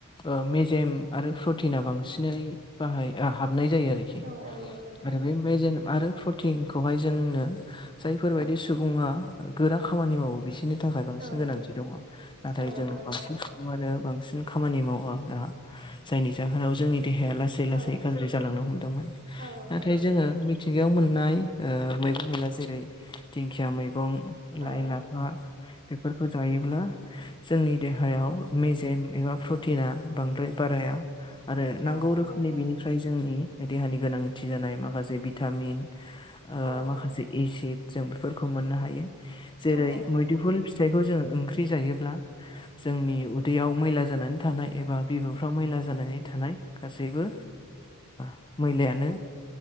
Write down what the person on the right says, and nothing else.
औ औ नंगौ नोंथां
औ
औ नंगौ
नोंथां
औ
औ नंगौ
नोंथां
औ
औ
नंगौ
नोंथां औ नंगौ
नोंथां
औ
औ